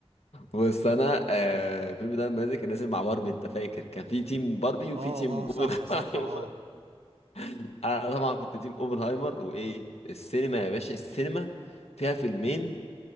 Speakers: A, on the left; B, on the right.
A: بس انا آه الفيلم ده لما نزل كان نازل مع باربي انت فاكر كان في تيم باربي وفي
B: اه
A: تيم
B: اه
A: اوبنهايمر
B: صح صح اه
A: انا طبعا كنت تيم اوبنهايمر وايه السينما يا باشا السينما فيها فيلمين